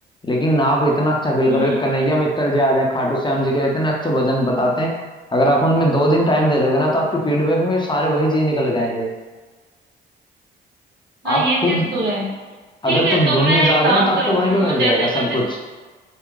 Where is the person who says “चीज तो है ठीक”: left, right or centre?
Right